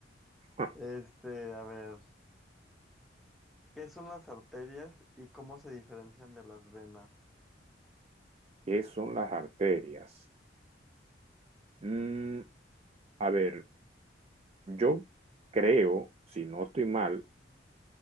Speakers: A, on the right (about 35°); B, in the centre.
A: ja,
B: Este, a ver. ¿Qué son las arterias y cómo se diferencian de las venas?
A: ¿qué son las arterias? Mm, a ver, yo creo, si no estoy mal,